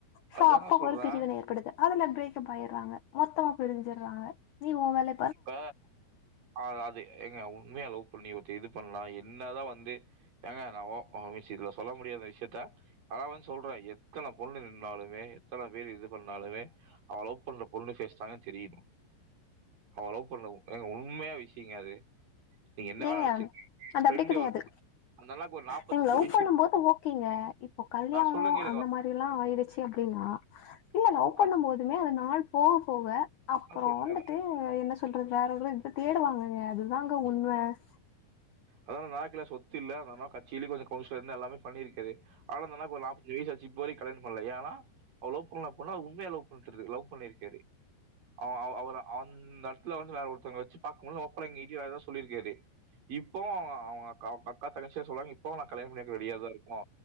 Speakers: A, on the left; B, on the right.
A: சோ
B: அதுதாங்க
A: அப்ப
B: சொல்றேன்.
A: ஒரு பிரிவினை ஏற்படுது அதுல பிரேக்கப் ஆயிட்றாங்க மொத்த பிரிஞ்சுட்றாங்க நீ உன் வேல
B: இப்ப அ அது எங்க உண்மைய லவ் பண்ணி ஒருத்த இது பண்ணா என்னதா வந்து ஏங்க நா ஒ <unintelligible> இதுல சொல்ல முடியாத விஷயத்த அத்னா வந்து சொல்றே எத்தன பொண்ணு இருந்தாலுமே எத்தன பேர் இது பண்ணாலுமே அவே லவ் பண்ற பொண்ணு ஃபேஸ் தாங்க தெரியுனோ அவ லவ் பண்ணல எங்க உண்மையா விஷயங்க அது நீங்க என்ன வேணா
A: ஏங்க
B: நினைச்சுக்கங்க.
A: அது
B: ஃப்ரெண்ட்
A: அப்டி கெடையாது
B: ஒரு அந்த அண்ணாக்கு ஒரு
A: நீங்க லவ்
B: வயசு
A: பண்ணும்போது
B: இருக்கும்.
A: ஓகேங்க ஓ கல்யாணோ
B: நான் சொல்றேன் கேளுங்க
A: அந்த
B: வந்துங்க.
A: மாரில்லா ஆயிருச்சு அப்டின்னா இல்லல்ல லவ் பண்ணும்
B: அந்த
A: போதுமே நாள் போக போக அப்புறோ
B: சொல்றேன்.
A: வந்துட்டு என்ன சொல்றது வேற ஒரு தேடுவாங்கங்க அதுதாங்க உண்ம பஸ்
B: அதனால நாக்கிலாஸ் சொத்தி இல்ல அந்த அண்ணாவ கட் கிளிகொள கவுன்சிலர்ன்னு எல்லாமே பண்ணியிருக்குது ஆனா அந்த அண்ணாக்கு ஒரு நாப்பத்தஞ்சு வயிசாச்சி இப்பவரைக் கல்யாணோ பண்ணல ஏன்னா அவர் லவ் பண்ண பொண்ணு அவர உண்மையா லவ்பண்டிரு லவ் பண்ணி இருக்கு அது அவ் அவ் அவ்ளோதா அந்த எட்துல வந்து வேற ஒருத்தங்கள வெச்சு பாக்க முடிலனு ஓப்பனா எங்க எல்லார் கிட்டியு சொல்லிருக்கு அது இப்ப இப்போவு அவுங்க அவுங்க அக்கா அக்கா தங்கச்சி சொல்றாங்க இப்பவு நா கல்யாணோ பண்ணிவெக்க ரெடியா தா இருக்கோ